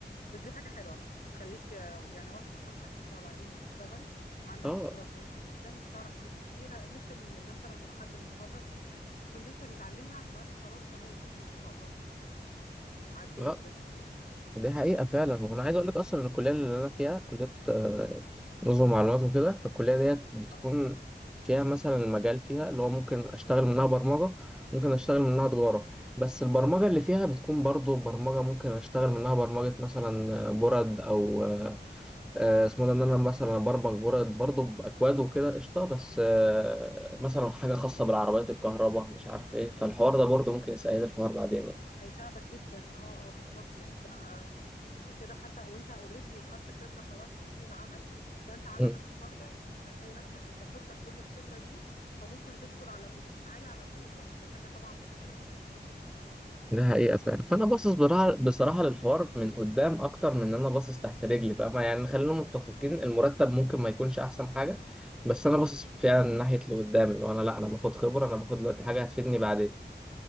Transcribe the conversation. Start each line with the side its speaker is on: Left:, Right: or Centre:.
Left: بس دي حاجة حلوة تخليك آه، يعني واثق في نفسك وانت بعدين بتشتغل عندك
Centre: اه
Left: خبرة كويسة جدا بتعرف حاجات كتيرة لسه ال- مثلا حد متخرج يكون لسه بيتعلمها تبقى انت خلاص تمام يعني ما شاء الله فيها عديت
Centre: اه
Left: زي ما بيقولوا
Centre: دي حقيقة فعلا وأنا عايز أقول لك أصلا إن الكلية اللي أنا فيها كلية آه، نظم معلومات وكده فالكلية ديت بتكون
Left: اه
Centre: فيها مثلا المجال فيها اللي هو ممكن أشتغل منها برمجة ممكن أشتغل منها تجارة بس البرمجة اللي فيها بتكون برضو برمجة ممكن أشتغل منها برمجة مثلا آه، برد أو آه، آه، اسمه ده إن أنا مثلا برمج برد برضو بأكواد وكده قشطة بس آه، مثلا حاجة خاصة
Left: اه
Centre: بالعربيات الكهرباء مش عارف إيه فالحوار ده برضو ممكن يسأل الحوار بعدين يعني
Left: هيساعدك جدا اه اه بالظبط يعني ده انت كده حتى وانت اوريدي خدت خبرة خلاص في سوق العمل فانت على
Centre: أه
Left: ما تتخرج هتلاقي نفسك اضافت لك كل الخبرة دي فممكن تدخل على بوزيشن عالي على طول يعني دي حاجة طبعا ممتازة ده حلو جدا ما شاء الله
Centre: ده حقيقة فعلا فأنا باصص بصراحة بصراحة للحوار من قدام أكتر من إن أنا باصص تحت رجلي فاهمة يعني خلينا متفقين
Left: اه
Centre: المرتب ممكن ما يكونش أحسن حاجة بس أنا باصص فعلا من ناحية اللي قدام اللي هو أنا لأ أنا باخد خبرة أنا باخد دلوقتي حاجة هتفيدني بعدين